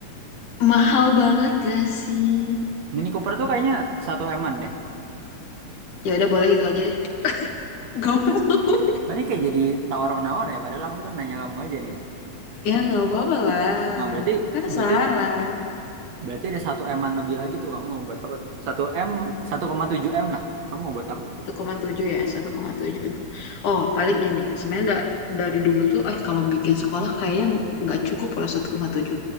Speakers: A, on the left; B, on the right.
A: Mahal banget gak sih?
B: Mini Cooper tuh kayaknya satu eman deh.
A: Ya udah boleh itu aja deh. <laughs> Gak mau.
B: Wah, Ini kayak jadi tawar-menawar ya, padahal aku kan nanya kamu aja nih.
A: Ya nggak apa-apa lah.
B: Nah, berarti
A: Kan
B: berarti
A: saran.
B: berarti ada satu eman lebih lagi tuh kamu mau buat apa tuh? Satu M, satu koma tujuh M lah. Kamu mau buat apa tuh?
A: 1,7 ya, 1,7 bentar. Oh, paling ini. Sebenarnya da- dari dulu tuh, eh kalau bikin sekolah kayaknya nggak cukup pula 1,7.